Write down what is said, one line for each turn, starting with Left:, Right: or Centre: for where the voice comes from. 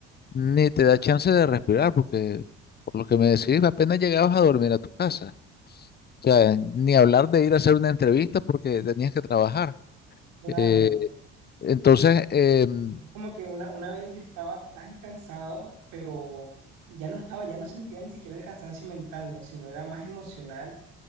Left: ni te da chance de respirar porque, por lo que me decís, apenas llegabas a dormir a tu casa. O sea, ni hablar de ir a hacer una entrevista porque tenías que trabajar.
Right: claro,
Left: Eh, entonces, em,
Right: Es como que una, una vez yo estaba tan cansado, pero ya no estaba, ya no sentía ni siquiera el cansancio mental, ¿no? Sino era más emocional